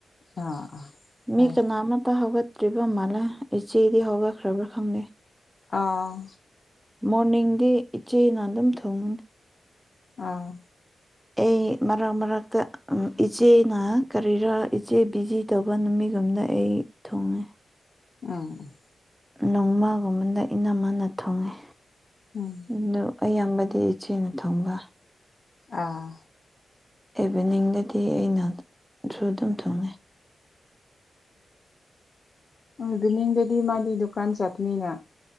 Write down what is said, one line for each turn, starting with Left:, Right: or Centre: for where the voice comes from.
Left: ꯑꯥ ꯑꯥ
Centre: ꯃꯤ
Left: ꯍꯣꯏ
Centre: ꯀꯅꯥ ꯑꯃꯠꯇ ꯍꯧꯒꯠ ꯕ ꯃꯥꯜꯂꯦ ꯏꯆꯦꯗꯤ ꯍꯧꯒꯠꯈ꯭ꯔꯕ꯭ꯔꯥ ꯈꯪꯗꯦ꯫
Left: ꯑꯥ
Centre: ꯃꯣꯔꯅꯤꯡꯗꯤ ꯏꯆꯦꯅ ꯑꯗꯨꯝ ꯊꯨꯡꯕꯅꯤ꯫
Left: ꯑꯥ
Centre: ꯑꯩ ꯃꯔꯛ ꯃꯔꯛꯇ ꯎꯝ ꯏꯆꯦꯅ ꯀꯔꯤꯔꯥ ꯏꯆꯦ ꯕꯤꯖꯤ ꯇꯧꯕ ꯅꯨꯃꯤꯠꯒꯨꯝꯗ ꯑꯩ ꯊꯣꯡꯉꯦ꯫
Left: ꯎꯝ
Centre: ꯅꯣꯡꯃꯒꯨꯝꯕꯅ ꯏꯅꯝꯃꯅ ꯊꯣꯡꯉꯦ꯫
Left: ꯎꯝ
Centre: ꯑꯗꯨ ꯑꯌꯥꯝꯕꯗꯤ ꯏꯆꯦꯅ ꯊꯣꯡꯕ꯫
Left: ꯑꯥ
Centre: ꯏꯚꯤꯅꯤꯡꯗꯗꯤ ꯑꯩꯅ ꯁꯨ ꯑꯗꯨꯝ ꯊꯣꯡꯉꯦ꯫
Left: ꯎꯝ ꯏꯚꯤꯅꯤꯡꯗꯗꯤ ꯃꯥꯗꯤ ꯗꯨꯀꯥꯟ ꯆꯠꯄꯅꯤꯅ